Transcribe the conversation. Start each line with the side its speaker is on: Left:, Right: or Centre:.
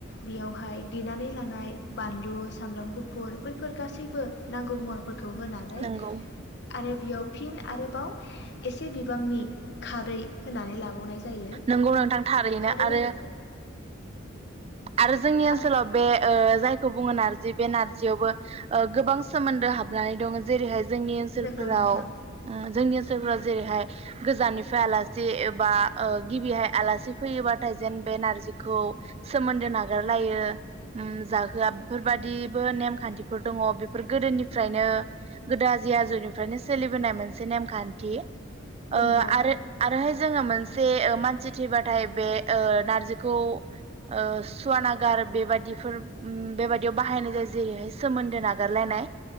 Left: बेयावहाय देनानै लानाय बानलु सामब्राम गुफुर बैफोर गासैबो। नांगौ मुवाफोर खौ होनानै
Right: नंगौ
Left: आरो बेयाव फिन आरोबाव एसे बिबांनि खारै होनानै लाबावनाय जायो
Right: नोंगौ नोंथां थारैनो
Left: खारैया
Right: आरो आरो जोंनि
Left: खारै
Right: ओनसोलाव बे ओ जाय खौ बुङो नारजि बे नारजियावबो ओ गोबां सोमोन्दो हाबनानै दङ जेरैहाय जोंनि ओनसोलफोराव
Left: नंगौ नोंथां
Right: ओ जोंनि ओनस जोङो जेरैहाय गोजाननिफ्राय आलासि एबा ओ गिबिहाय आलासि फैयोबाथाय जेन बे नारजिखौ सोमोन्दो नागारलायो उम जाहोआ बेफोरबादिबो नेमखान्थिफोर दङ। बेफोर गोदोनिफ्रायनो गोदो आजै आजौनिफ्रायनो सोलिबोनाय मोनसे नेमखान्थि। ओ
Left: नंगौ
Right: आरो आरोहाय जोङो मोन से ओ मानसि थैबाथाय बे ओ नारजिखौ ओ सुवा नागार बेबादिफोर उम बेबादियाव बाहायनाय जायो जेरैहाय सोमोन्दो नागारलायनाय।